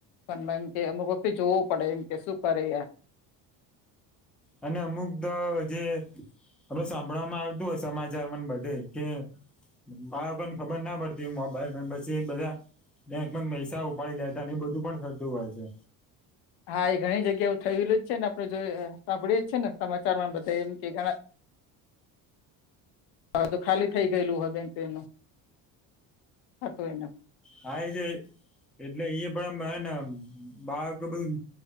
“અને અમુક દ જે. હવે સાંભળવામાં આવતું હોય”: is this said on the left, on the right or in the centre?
Centre